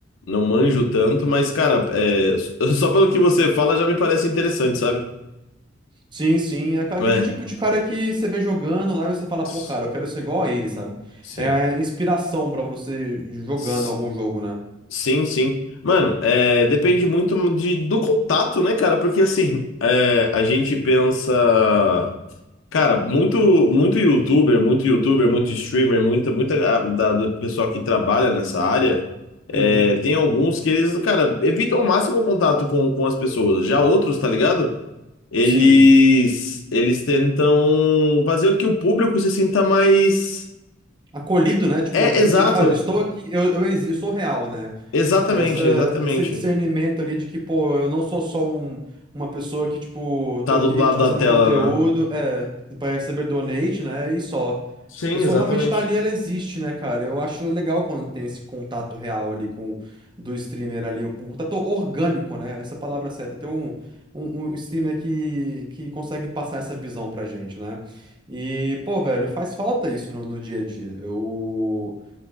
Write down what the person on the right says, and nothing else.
Sim, sim, é aquele
tipo de cara que você vê jogando lá e você fala,
pô, cara, eu quero ser igual a ele, sabe?
É a inspiração pra você jogando
algum jogo, né?
Hum.
Uhum,
sim.
acolhido, né? Tipo,
eu senti
que, ah, eu estou aqui, eu, eu, exi- eu sou real, né?
Essa,
esse discernimento ali de que, pô, eu não sou só um, uma pessoa que, tipo,
tô aqui
te fazendo
conteúdo,
é, pra receber donate, né, e só.
A pessoa
realmente tá ali, ela existe, né, cara? Eu acho legal quando tem esse contato real ali com do streamer ali, um contato orgânico, né? Essa é a palavra certa. Tem um, um, um streamer que, que consegue passar essa visão pra gente, né? E, pô, velho, faz falta isso no, no dia a dia. Eu